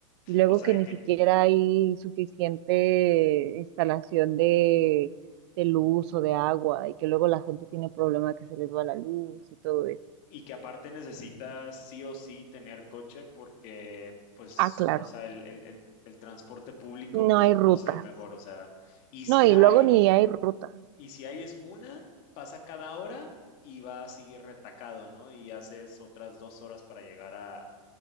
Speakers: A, on the right (about 50°); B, on the left (about 45°).
A: Y luego
B: O sea,
A: que
B: y
A: ni
B: que,
A: siquiera hay suficiente instalación de, de luz o de agua y que luego la gente tiene problema que se les va la luz y todo eso.
B: y que aparte necesitas sí o sí tener coche porque, pues,
A: Ah, claro,
B: o sea, el, el- el- el transporte público,
A: no
B: pues,
A: hay rutas.
B: no es el mejor. O sea, y si
A: No, y
B: hay,
A: luego ni hay rutas.
B: Y si ahí es una, pasa cada hora y va así retacado, ¿no? Y haces otras dos horas para llegar a,